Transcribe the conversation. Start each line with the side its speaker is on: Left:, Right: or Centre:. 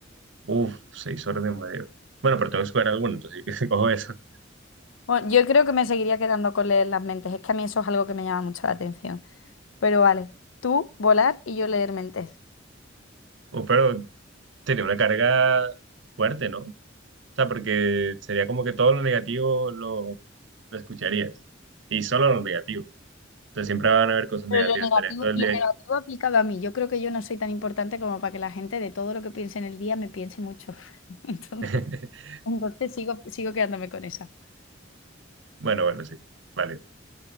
Right: Uf, seis horas de mareo. Bueno, pero tengo que escoger alguno, entonces <laughs> cojo eso.
Left: Bueno, yo creo que me seguiría quedando con leer las mentes. Es que a mí eso es algo que me llama mucho la atención. Pero vale, tú volar y yo leer mentes.
Right: O, pero sería una carga fuerte, ¿no? O sea, porque sería como que todo lo negativo lo, lo escucharías. Y solo lo negativo. Entonces siempre van a haber cosas
Left: Pero
Right: negativas.
Left: lo negativo,
Right: Estarías todo el
Left: lo
Right: día
Left: negativo
Right: ahí.
Left: aplicado a mí. Yo creo que yo no soy tan importante como para que la gente de todo lo que piense en el día me piense mucho. <laughs> Entonces,
Right: <laughs>
Left: entonces sigo, sigo quedándome con esa.
Right: Bueno, bueno, sí. Vale.